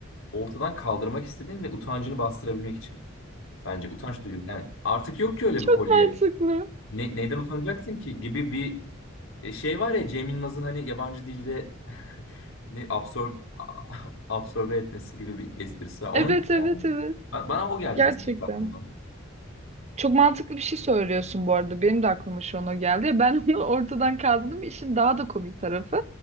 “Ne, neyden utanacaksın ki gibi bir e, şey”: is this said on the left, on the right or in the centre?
Left